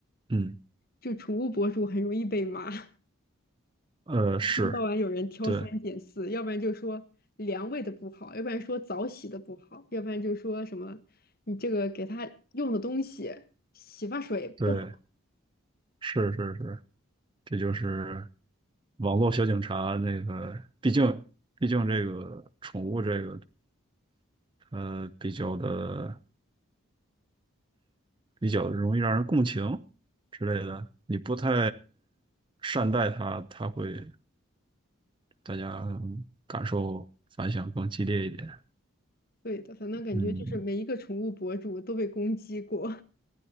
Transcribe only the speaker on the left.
就宠物博主很容易被骂，<laughs> 一
天到晚有人挑三拣四，
要不然就说粮喂的不好，要不然说澡洗的不好，要不然就说什么你这个给它用的东西洗发水不好。
对的，反正感觉就是每一个宠物博主都被攻击过。